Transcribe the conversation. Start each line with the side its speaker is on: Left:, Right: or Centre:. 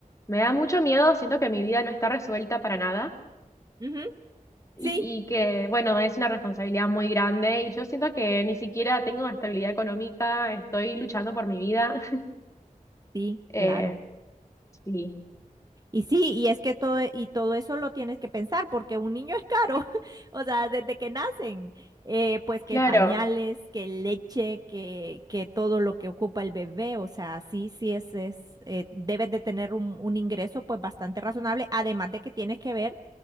Left: Me da mucho miedo, siento que mi vida no está resuelta para nada
Right: Ujú.
Left: y,
Right: Sí,
Left: y que, bueno, es una responsabilidad muy grande y yo siento que ni siquiera tengo estabilidad económica, estoy luchando por mi vida. <laughs>
Right: sí,
Left: Eh,
Right: claro.
Left: sí,
Right: Y sí, y es que todo, y todo eso lo tienes que pensar, porque un niño es caro, <laughs> o sea, desde que nacen, eh, pues que
Left: claro.
Right: pañales, que leche, que, que todo lo que ocupa el bebé, o sea, sí, sí es, es, eh, debes de tener un, un ingreso pues bastante razonable, además de que tienes que ver